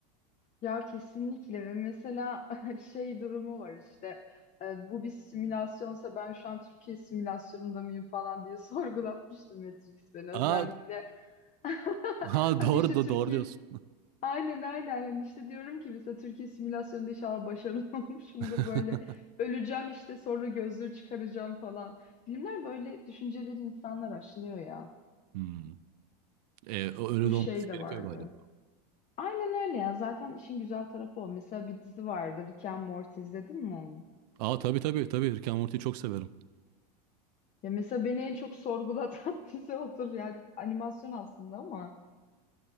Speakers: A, on the left (about 35°); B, on the right (about 70°).
A: Ya kesinlikle ve mesela <laughs> şey durumu var işte e, bu bir simülasyonsa ben şu an Türkiye simülasyonunda mıyım falan diye <laughs> sorgulatmıştım Matrix beni özellikle.
B: Aa,
A: <laughs>
B: ha
A: Hani
B: doğru
A: işte
B: da
A: Türkiye
B: doğru diyorsun.
A: aynen aynen hani işte diyorum ki mesela Türkiye simülasyonunda inşallah başarılı <laughs> olmuşumdur
B: <laughs>
A: böyle öleceğim işte sonra gözlüğü çıkaracağım falan. Filmler böyle düşünceleri insanlar aşılıyor ya
B: Hmm. E, öyle
A: bu
B: de
A: şey
B: olması
A: de
B: gerekiyor
A: vardı.
B: galiba.
A: Aynen öyle ya. Zaten işin güzel tarafı o. Mesela bir dizi vardı. Rick and Morty izledin mi onu?
B: Aa tabii tabii tabii Rick and Morty'yi çok severim.
A: Ya mesela beni en çok sorgulatan <laughs> dizi odur. Yani animasyon aslında ama.